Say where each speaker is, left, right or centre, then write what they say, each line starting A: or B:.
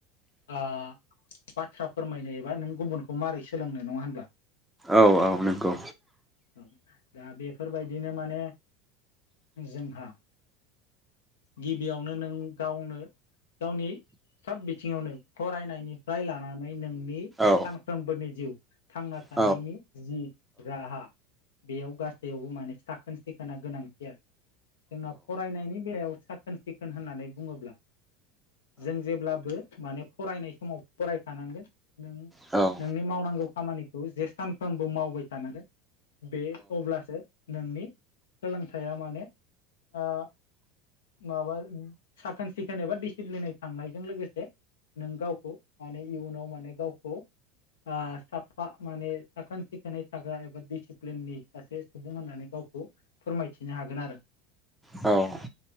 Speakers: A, on the left (about 75°); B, in the centre.
A: बाथ्रा फोरमायनो एबा नों गुबुनखौ माबारै सोलोंनाय नङा होनब्ला?
B: औ औ नंगौ
A: औ दा बेफोरबायदिनो माने जोंहा गिबियावनो नों गावनो गावनि सब बिथिङावनो फरायनायनिफ्राय लानानै नोंनि
B: औ
A: सानफ्रोमबोनि जिउ थांना थानायनि
B: औ
A: जि राहा बेयाव गासैयावबो माने साखोन सिखोना गोनांथि आरो जोंना फरायनायनि बेलायाव सा खोन सिखोन होननानै बुंङोब्ला जों जेब्लाबो माने फरायनाय समाव फरायखानांगोन नों
B: औ
A: नोंनि मावनांगौ खामानिखौ जे सानफ्रोमबो मावबाय थानांगोन बे अब्लासो नोंनि सोलोंथाइया माने ओ माबा साखोन सिखोन एबा डिसिप्लिनै थांनायजों लोगोसे नों गावखौ माने इयुनाव माने गावखौ ओ साब फा माने साखोन सिखोनै थाग्रा एबा डिसिप्लिननि सासे सुबुं होननानै गावखौ फोरमायथिनो हागोन आरो।
B: औ